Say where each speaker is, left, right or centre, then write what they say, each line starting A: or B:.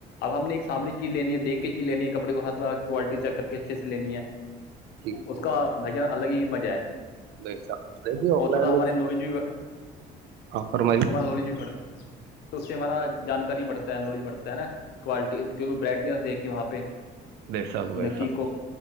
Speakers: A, on the left; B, on the right.
A: اب ہم نے ایک سامنے چیز لینی ہے دیکھ کے چیز لینی ہے کپڑے کو ہاتھ لگا کے کوالٹی چیک کر کے اچھے سے لینی ہے
B: جی جی جی
A: اس کا بھیاان الگ ہی مزہ ہے
B: دیکھیے آف
A: اور
B: لائن
A: تھوڑا
B: میں
A: ہمارے
B: جو
A: نالج
B: ہے
A: بھی
B: ہاں فرمائیے
A: ہمار گولی ج بھی ہڑتا تو اس سے ہمارا جانکاری بڑھتا ہے نالج بڑھتا ہے نا کوالٹی کیکہ ورائٹیاں دھ کے وہاں پہ
B: بیساک ویسخ
A: نکی
B: <unintelligible>
A: کو